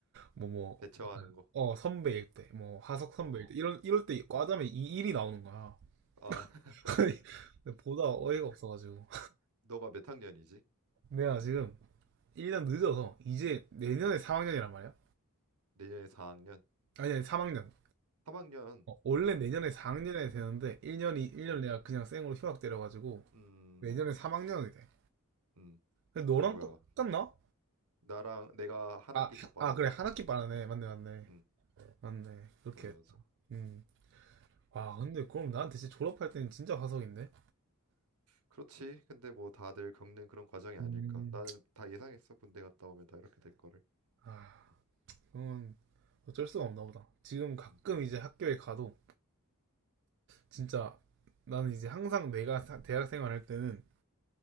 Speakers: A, on the right (about 55°); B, on the right (about 90°).
A: 뭐뭐
B: 대처하는 거.
A: 어, 선배일 때, 뭐, 하석 선배일
B: 어. 어.
A: 때, 이런, 이럴 때 과자면
B: 어.
A: 이 일이 나오는 거야.
B: 아 <laughs>
A: <laughs> 근데 보다 어이가 없어가지고.
B: 너가 몇 학년이지?
A: 내가 지금 1년 늦어서, 이제 내년에 3학년이란 말이야?
B: 내년에 4학년.
A: 아니, 아니, 3학년.
B: 3학년.
A: 어, 원래 내년에 4학년이 되는데, 1년이, 1년
B: 어.
A: 내가 그냥 쌩으로 휴학 때려가지고,
B: 음,
A: 내년에 3학년이 돼.
B: 음,
A: 근데 너랑
B: 아이고야.
A: 똑같나?
B: 나랑 내가 한
A: 아,
B: 학기
A: 하-
B: 더 빠르다.
A: 아, 그래, 한 학기 빠르네. 맞네, 맞네.
B: 음,
A: 맞네. 그렇게
B: 맞아,
A: 했다.
B: 맞아.
A: 음. 와,
B: 그,
A: 근데 그럼 나한테 진짜 졸업할 때는 진짜 화석인데?
B: 그렇지. 근데 뭐 다들 겪는 그런 과정이 아닐까.
A: 음.
B: 나는 다 예상했어. 군대 갔다 오면 다 이렇게 될 거를.
A: 아,
B: 음,
A: 그건 어쩔 수가 없나 보다. 지금 가끔
B: 음.
A: 이제 학교에 가도 진짜 나는 이제 항상 내가 대학 생활할 때는